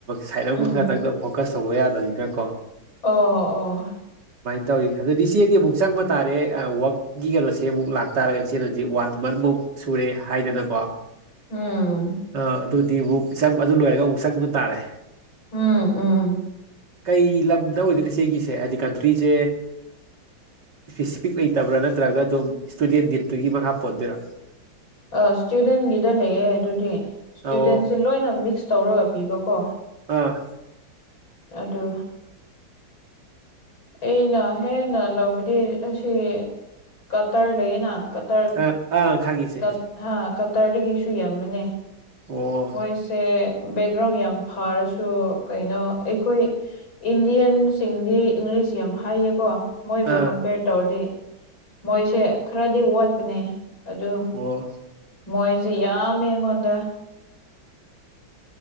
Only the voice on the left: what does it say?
ꯎꯝ
ꯑꯣ ꯑꯣ
ꯎꯝ
ꯎꯝ ꯎꯝ
ꯑ ꯏꯁꯇꯨꯗꯦꯟꯒꯤꯗ ꯂꯩꯌꯦ ꯑꯗꯨꯗꯤ ꯏꯁꯇꯨꯗꯦꯟꯁꯤ
ꯂꯣꯏꯅ ꯃꯤꯛꯁ ꯇꯧꯔꯒ ꯄꯤꯕꯀꯣ
ꯑꯗꯨ ꯑꯩꯅ ꯍꯦꯟꯅ ꯂꯧꯕꯗꯤ ꯑꯁꯤ ꯀꯇꯔ ꯂꯩꯌꯦꯅ ꯀꯇꯔ
ꯀꯇ ꯍꯥ ꯀꯇꯔꯗꯒꯤꯁꯨ ꯌꯥꯝꯕꯅꯦ
ꯃꯣꯏꯁꯦ ꯕꯦꯛꯒ꯭ꯔꯥꯎꯟ ꯌꯥꯝ ꯐꯔꯁꯨ ꯀꯩꯅꯣ ꯑꯩꯈꯣꯏ ꯏꯟꯗꯤꯌꯥꯟꯁꯤꯡꯗꯤ ꯏꯪꯂꯤꯁ ꯌꯥꯝ ꯍꯥꯏꯌꯦꯀꯣ ꯃꯣꯏꯕꯨ
ꯀꯝꯄꯦꯔ ꯇꯧꯔꯗꯤ ꯃꯣꯏꯁꯦ ꯈꯔꯗꯤ ꯋꯥꯠꯄꯅꯦ ꯑꯗꯨ
ꯃꯣꯏꯁꯦ ꯌꯥꯝꯃꯦ ꯑꯩꯉꯣꯟꯗ